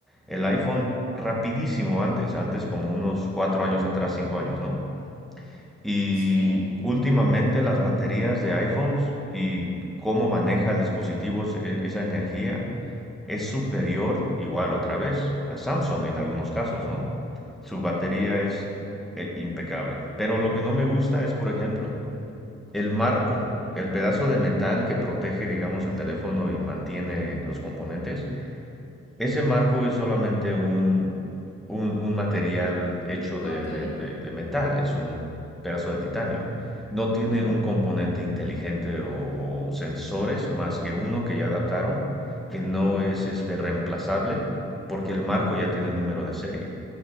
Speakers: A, in the centre; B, on the left (about 60°).
A: el iPhone rapidísimo antes, antes como unos cuatro años atrás, cinco años, ¿no? Y
B: Sí,
A: últimamente las baterías de iPhones y cómo maneja el dispositivo ese- e, esa energía es superior, igual otra vez, a Samsung en algunos casos, ¿no? Su batería es eh, impecable. Pero lo que no me gusta es, por ejemplo, el marco, el pedazo de metal que protege, digamos, el teléfono y mantiene los componentes. Ese marco es solamente un, un, un material hecho de,
B: ok.
A: de- de- de metal, es un pedazo de titanio. No tiene
B: Ujú.
A: un componente inteligente o, o sensores más que uno que ya adaptaron, que no es este reemplazable, porque el marco ya tiene número de serie.